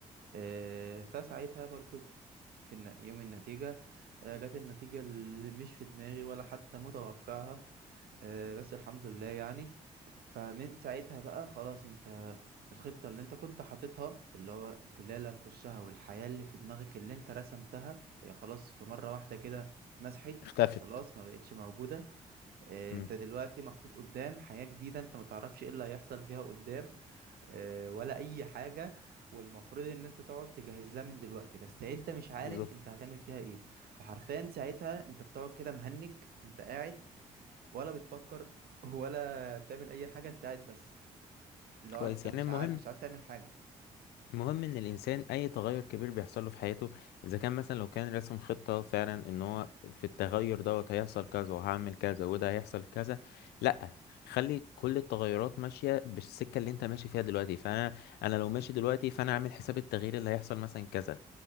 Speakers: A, on the right; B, on the left.
A: آه، فساعتها برضو في في الن- يوم النتيجة آه، جت النتيجة اللي مش في دماغي ولا حتى متوقعها آه، بس الحمد لله يعني فمن ساعتها بقى خلاص انت الخطة اللي انت كنت حاططها اللي هو الكلية اللي هتخشها والحياة اللي في دماغك اللي انت رسمتها هي خلاص في مرة واحدة كده مسحت
B: اختفت
A: خلاص ما بقتش موجودة آه،
B: مم.
A: انت دلوقتي محطوط قدام حياة جديدة انت ما تعرفش ايه اللي هيحصل فيها قدام آه، ولا اي حاجه والمفروض ان انت تقعد تجهز لها من دلوقتي بس انت مش عارف
B: بالظبط
A: انت هتعمل فيها ايه فحرفيا ساعتها انت بتقعد كده مهنج انت قاعد ولا بتفكر <laughs> ولا بتعمل اي حاجه انت قاعد بس لو
B: كويس
A: انت
B: يعني
A: مش
B: المهم
A: عارف مش عارف تعمل حاجه
B: المهم ان الانسان اي تغير كبير بيحصل له في حياته اذا كان مثلا لو كان رسم خطة فعلا ان هو في التغير دوت هيحصل كذا وهعمل كذا وده هيحصل كذا لا خلي كل التغيرات ماشية بالسكة اللي انت ماشي فيها دلوقتي فانا انا لو ماشي دلوقتي فانا عامل حساب التغيير اللي هيحصل مثلا كذا